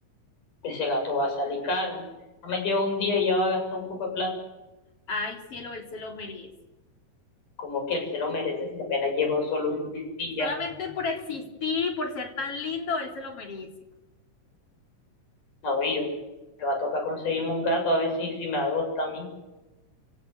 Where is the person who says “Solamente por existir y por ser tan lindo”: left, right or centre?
Left